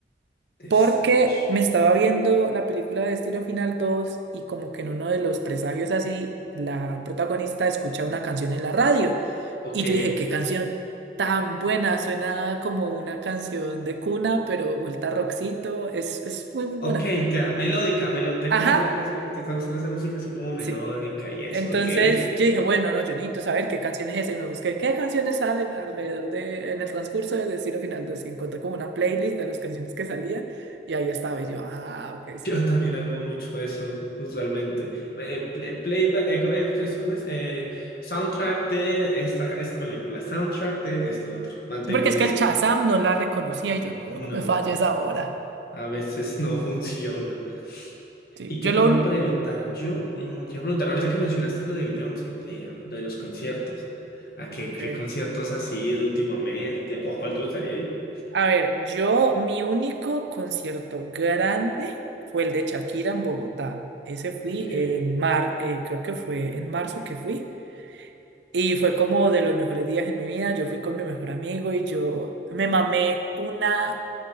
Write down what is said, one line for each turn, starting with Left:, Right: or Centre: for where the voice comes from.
Left: The
Right: porque
Left: Strokes.
Right: me estaba viendo la película de Destino Final dos y como que en uno de los presagios así, la protagonista escucha una canción en la radio
Left: Ok,
Right: y yo dije, qué canción tan buena, suena como una canción de cuna, pero vuelta a rockcito, es, es muy, muy buena.
Left: ok, ya, melódica, melódica,
Right: Ajá.
Left: te usa la- hace- te está gustando esa música así como melódica
Right: sí
Left: y eso,
Right: Entonces
Left: ok, ok.
Right: yo dije, bueno, no, yo necesito saber qué canción es esa y me busqué qué canciones salen alrededor de, en el transcurso de Destino Final 2 y encontré como una playlist de las canciones que salían y ahí estaba y yo, ah, ok, sí.
Left: Yo también hago mucho eso, usualmente. Eh, play, play- eh, co- eh, pues, ¿cómo es? Eh, soundtrack de esta, esta película, soundtrack de esto otro. Mantengo
Right: Sí, porque
Left: en
Right: es que
Left: esas.
Right: el Shazam no la reconocía y yo, no,
Left: No,
Right: no me falles ahora.
Left: a veces no <laughs> funciona.
Right: Sí,
Left: ¿Y
Right: yo
Left: qué
Right: lo...
Left: te iba
Right: un-
Left: a preguntar? Yo mm, te iba a preguntar, ahorita que mencionaste lo de Beyoncé, eh, lo de los conciertos. ¿A
Right: Mm,
Left: qué,
Right: Ok.
Left: qué conciertos has ido últimamente? ¿O a cuál te gustaría ir?
Right: A ver, yo, mi único concierto grande fue el de Shakira en Bogotá. Ese fui
Left: Ok.
Right: en mar, eh, creo que fue en marzo que fui. Y fue como de los mejores días de mi vida. Yo fui con mi mejor amigo y yo me mamé una